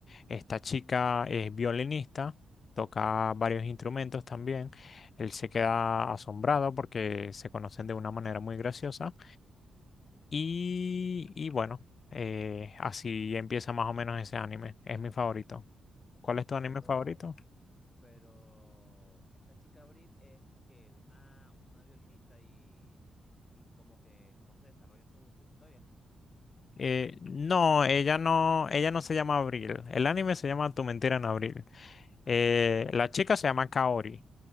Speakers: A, on the left (about 50°); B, on the left (about 25°).
A: Esta chica es violinista, toca varios instrumentos también. Él se queda asombrado porque se conocen de una manera muy graciosa. Y, y bueno, eh, así empieza más o menos ese anime. Es mi favorito. ¿Cuál es tu
B: Pero,
A: anime favorito?
B: pero esta chica Abril es que una, una violinista y, y como que cómo se desarrolla su, su historia.
A: Eh, no, ella no, ella no se llama Abril. El anime se llama Tu mentira en abril.
B: Ah,
A: Eh,
B: ok.
A: la chica se llama Kaori